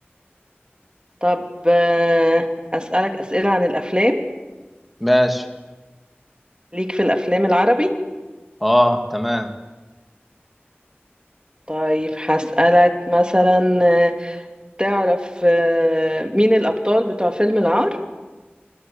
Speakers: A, on the right; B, in the centre.
A: طب آه، اسالك اسئله عن الافلام
B: ماشي
A: ليك في الافلام العربي
B: اه تمام
A: طيب هسالك مثلا آه، تعرف آه، مين الابطال بتوع فيلم العار